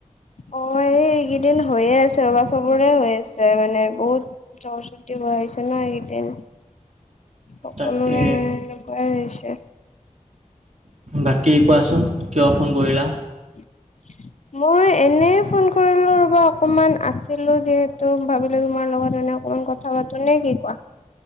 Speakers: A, on the left; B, on the right.
A: অ' এই এইকেইদিন হৈয়ে আছে ৰবা, চবৰে হৈ আছে মানে বহুত জ্বৰ, চৰ্দি হৈ হৈছে ন এইেইদিন। সকলোৰে
B: তাকে
A: মানে এনেকুৱাই হৈছে।
B: বাকী কোৱাচোন কিয় ফোন কৰিলা?
A: <unintelligible> মই এনে ফোন কৰিলো ৰব অকনমান আছিলো যিহেতু ভাবিলো তোমাৰ লগত এনে কম কথা পাতো নে কি কোৱা?